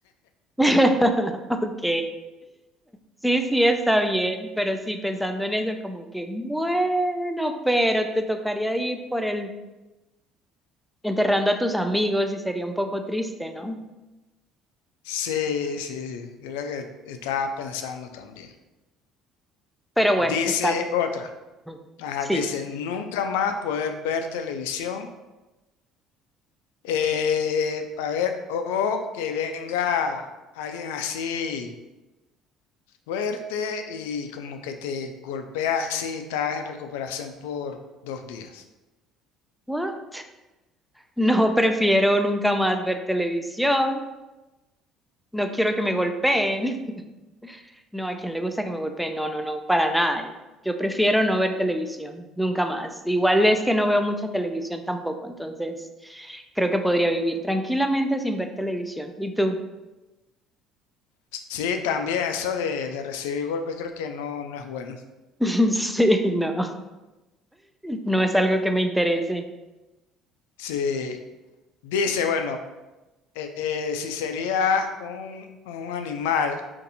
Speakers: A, in the centre; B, on the left.
A: <laughs> Ok. Sí, sí, está bien, pero sí, pensando en eso, como que, bueno, pero te tocaría ir por el enterrando a tus amigos y sería un poco triste, ¿no?
B: Sí, sí, sí, es lo que estaba pensando también.
A: Pero bueno,
B: Dice
A: está bien.
B: otra,
A: Mm.
B: ajá,
A: Sí.
B: dice, nunca más poder ver televisión eh, para ver o que venga alguien así fuerte y como que te golpea así, estás en recuperación por dos días.
A: What? No prefiero nunca más ver televisión. No quiero que me golpeen. <laughs> No, ¿a quién le gusta que me golpeen? No, no, no, para nada. Yo, yo prefiero no ver televisión, nunca más. Igual es que no veo mucha televisión tampoco, entonces creo que podría vivir tranquilamente sin ver televisión. ¿Y tú?
B: Sí, también eso de, de recibir golpes creo que no, no es bueno.
A: <laughs> Sí, no, no es algo que me interese.
B: Sí, dice, bueno, eh, eh, si sería un, un animal,